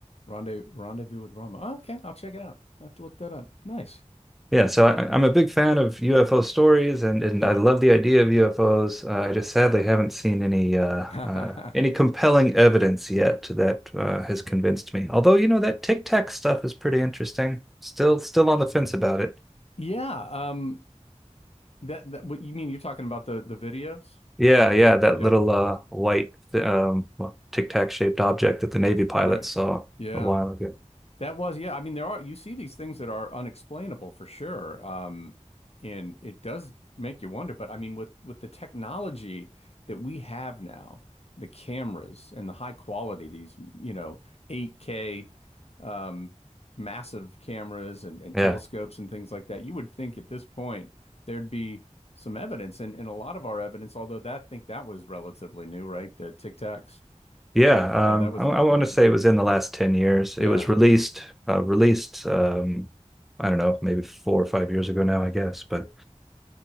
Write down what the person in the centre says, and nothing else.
Yeah, so I, I'm a big fan of UFO stories, and, and I love the idea of UFOs. Uh, I just sadly haven't seen any uh,
uh, any compelling evidence yet that uh, has convinced me. Although, you know, that Tic Tac stuff is pretty interesting. Still, still on the fence about it.
Yeah, yeah, that
little uh, white um, well, Tic Tac shaped object that the Navy pilots
saw
a while ago.
Yeah.
Yeah,
um,
I, I
want
to say it was in the last 10 years.
It was released, uh, released, um, I don't know, maybe four or five years ago now, I guess. But